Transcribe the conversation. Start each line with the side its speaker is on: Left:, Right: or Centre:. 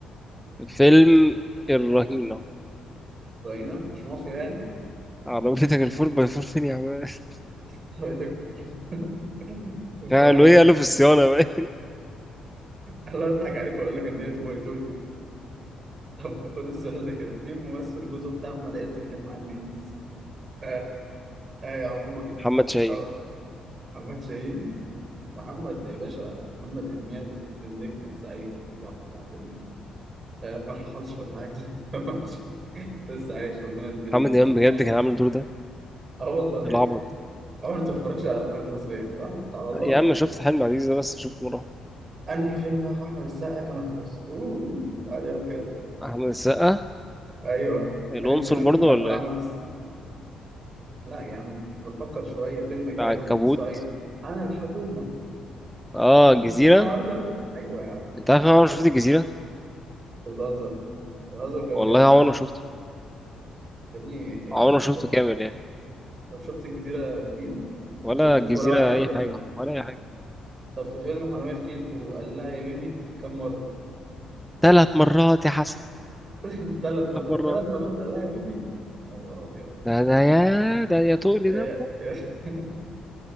Centre: فيلم الرهينة
Right: راينا مش مافيا يعني
Centre: عربيتك الفور باي فور فين يا عم <laughs>
Right: <laughs> رايتك <laughs>
Centre: قالوا
Right: فانا
Centre: ايه قالوا في الصيانة <laughs> بقى.
Right: انا بضحك عليك واقول لك ان هي 2 باي 2 طب خد السؤال ده كده مين ممثل جوزه بتاع أحمد عز في فيلم عزيز؟ ها ها يا عمور
Centre: محمد شاهين
Right: اه محمد شاهين محمد يا باشا محمد إمام النجم الزعيم الراحل العالمي آه، ما لحقش ولا حاجة <laughs> لسه عايش ربنا يديله
Centre: محمد
Right: الصحة
Centre: إمام بجد
Right: والعافية.
Centre: كان عامل الدور ده
Right: اه والله
Centre: العبط
Right: يا ابني.
Centre: ده
Right: عمرك ما تتفرجش على أفلام مصرية صح؟ تعالى الله
Centre: يا عم شفت حلم عزيز ده بس شفت مرة
Right: أنهي فيلم أخو أحمد السقا كان أخرس؟ أوه أوه. تعالى يا كده
Centre: واحدة. أحمد السقا
Right: أيوه
Centre: العنصر
Right: أنهي فيلم
Centre: برضه
Right: أخو
Centre: ولا
Right: أحمد
Centre: ايه
Right: لا يا عم بفكر شوية فيلم كده
Centre: العنكبوت
Right: كان في الصعيد أنا الحكومة
Centre: اه الجزيرة
Right: أنا النهاردة أيوة يا عم
Centre: انت عارف انا عمري ما
Right: أهو
Centre: شفت الجزيرة
Right: أنت بتهزر بتهزر كده
Centre: والله
Right: بجد
Centre: عمري ما شفته
Right: يا ابني
Centre: عمري ما شفته
Right: طب
Centre: كامل يعني
Right: طب شفت الجزيرة اتنين
Centre: ولا
Right: ما شفتوش
Centre: الجزيرة
Right: ولا واحد
Centre: أي
Right: ولا اتنين
Centre: حاجة ولا أي حاجة
Right: طب في فيلم حرامية في كي جي 2 قال لها يا بيبي كم مرة؟
Centre: ثلاث مرات يا حسن
Right: <laughs> ثلاث مرات
Centre: بره
Right: ثلاث مرات قال لها يا بيبي يا نهار أبيض
Centre: ده ده يا ده يا تقلي
Right: إيه،
Centre: دمه
Right: إيه، <laughs>